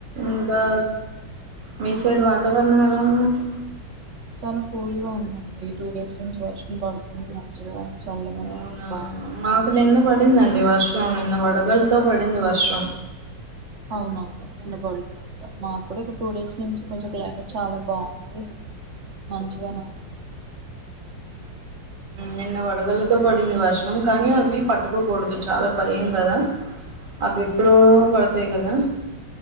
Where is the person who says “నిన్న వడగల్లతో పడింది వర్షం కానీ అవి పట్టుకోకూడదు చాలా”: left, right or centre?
Right